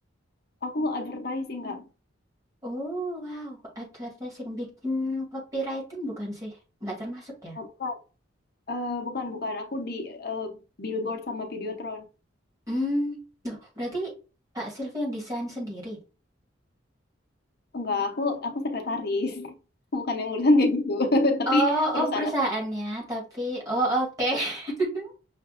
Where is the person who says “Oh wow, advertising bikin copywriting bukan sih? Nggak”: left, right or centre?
Right